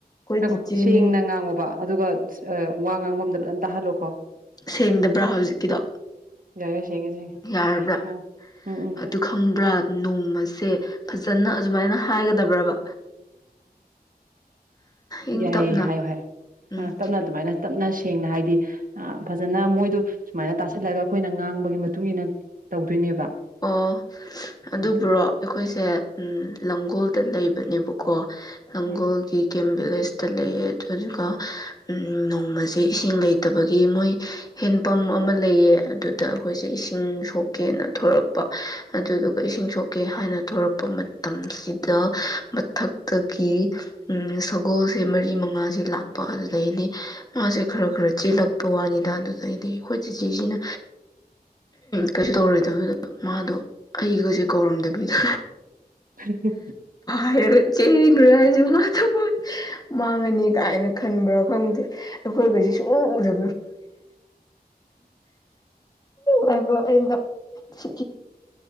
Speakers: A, on the right; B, on the left.
A: ꯉꯥꯏꯈꯣ
B: ꯇꯤꯆꯦꯅꯦ
A: ꯁꯦꯡꯅ ꯉꯥꯡꯉꯣꯕ ꯑꯗꯨꯒ ꯋꯥ ꯉꯥꯡꯕꯝꯗ ꯐꯖꯟꯅ ꯇꯥꯍꯜꯂꯣꯀꯣ
B: ꯁꯦꯡꯗꯕ꯭ꯔꯥ ꯍꯧꯖꯤꯛꯀꯤꯗꯣ
A: ꯌꯥꯏꯔꯦ ꯁꯦꯡꯉꯦ ꯁꯦꯡꯉꯦ
B: ꯌꯥꯔꯕ꯭ꯔꯥ
A: ꯉꯥꯡꯉꯣ ꯎꯝ
B: ꯑꯗꯨ ꯈꯪꯕ꯭ꯔꯥ ꯅꯣꯡꯃꯁꯦ ꯐꯖꯅ ꯑꯗꯨꯃꯥꯏꯅ ꯍꯥꯏꯒꯗꯕ꯭ꯔꯕ ꯏꯪ
A: ꯌꯥꯏꯌꯦ
B: ꯇꯞꯅ
A: ꯍꯥꯏꯌꯨ ꯍꯥꯏꯌꯨ
B: ꯎꯝ
A: ꯇꯞꯅ ꯑꯗꯨꯃꯥꯏꯅ ꯇꯞꯅ ꯁꯦꯡꯅ ꯍꯥꯏꯗꯤ ꯑꯥ ꯐꯖꯟꯅ ꯃꯣꯏꯗꯨ ꯁꯨꯃꯥꯏꯅ ꯇꯥꯁꯤꯜꯂꯒ ꯑꯩꯈꯣꯏꯅ ꯉꯥꯡꯕꯒꯤ ꯃꯇꯨꯡ ꯏꯟꯅ ꯇꯧꯗꯣꯏꯅꯦꯕ
B: ꯑꯣ ꯑꯗꯨꯕꯨꯔꯣ
A: ꯑꯗꯨ
B: ꯑꯩꯈꯣꯏꯁꯦ ꯎꯝ ꯂꯥꯡꯒꯣꯜꯗ ꯂꯩꯕꯅꯦꯕꯀꯣ ꯂꯥꯡꯒꯣꯜꯒꯤ
A: ꯎꯝ
B: ꯀꯦꯝ ꯚꯤꯂꯦꯖꯇ ꯂꯩꯌꯦ ꯑꯗꯨꯗꯨꯒ ꯎꯝ ꯅꯣꯡꯃꯁꯦ ꯏꯁꯤꯡ ꯂꯩꯇꯕꯒꯤ ꯃꯣꯏ ꯍꯦꯟꯄꯝ ꯑꯃꯥ ꯂꯩꯌꯦ ꯑꯗꯨꯗ ꯑꯩꯈꯣꯏꯁꯦ ꯏꯁꯤꯡ ꯁꯣꯛꯀꯦꯅ ꯊꯣꯔꯛꯄ ꯑꯗꯨꯗꯨꯒ ꯏꯁꯤꯡ ꯁꯣꯛꯀꯦ ꯍꯥꯏꯅ ꯊꯣꯔꯛꯄ ꯃꯇꯝꯁꯤꯗ ꯃꯊꯛꯇꯒꯤ ꯎꯝ ꯁꯒꯣꯜꯁꯦ ꯃꯔꯤ ꯃꯉꯥꯁꯦ ꯂꯥꯛꯄ ꯑꯗꯨꯗꯩꯗꯤ ꯃꯥꯁꯦ ꯈꯔ ꯈꯔ ꯆꯦꯜꯂꯛꯄ ꯄꯋꯥꯅꯤꯗ ꯑꯗꯨꯗꯩꯗꯤ ꯑꯩꯈꯣꯏ ꯆꯤꯆꯦꯁꯤꯅ ꯀꯩꯁꯨ ꯇꯧꯔꯣꯏ ꯑꯗꯨꯗ ꯃꯥꯗꯣ ꯑꯩꯒꯁꯦ ꯀꯧꯔꯝꯗꯕꯤꯗ
A: <unintelligible>
B: ꯍꯥꯏ ꯆꯦꯟꯈ꯭ꯔꯦ ꯍꯥꯏꯁꯦ ꯃꯥꯁꯨ ꯃꯥꯡꯉꯅꯤ ꯀꯥꯏꯅ ꯈꯟꯕ꯭ꯔꯥ ꯈꯪꯗꯦ ꯑꯈꯣꯢꯒꯖꯦ ꯁꯨꯡꯎ ꯎꯗ ꯍꯥꯏꯕꯣ ꯑꯩꯅ <unintelligible> <unintelligible> ꯁꯤ